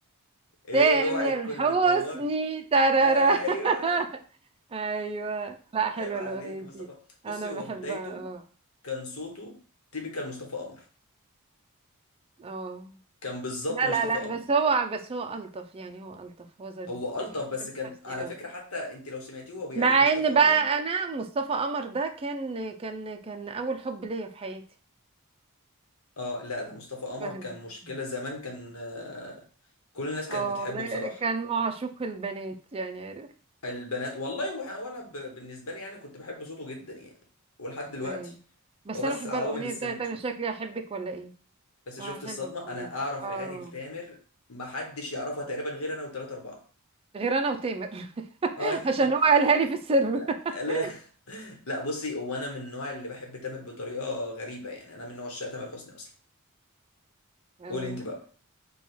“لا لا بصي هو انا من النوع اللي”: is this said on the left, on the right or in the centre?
Left